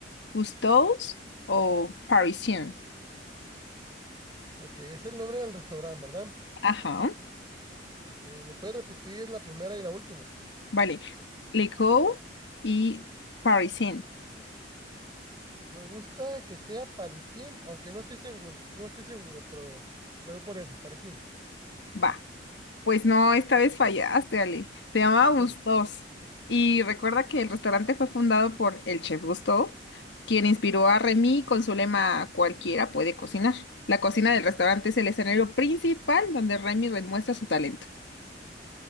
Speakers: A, on the left; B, on the right.
A: Cousteau's o Parisien.
B: Ok, es el nombre del restaurante, ¿verdad?
A: Ajá,
B: Eh, ¿me puedes repetir la primera y la última?
A: vale. Le Goat y Parisien.
B: Me gusta que sea Parisín, aunque no estoy seguro, no estoy seguro, pero me voy por esa, Parisín.
A: Va. Pues no, esta vez fallaste, Ale. Se llamaba
B: Híjole,
A: Gustos Y recuerda que el restaurante fue fundado por el chef Gusteau, quien inspiró a Remy con su lema Cualquiera puede cocinar. La cocina del restaurante es el escenario principal donde Remy demuestra su talento.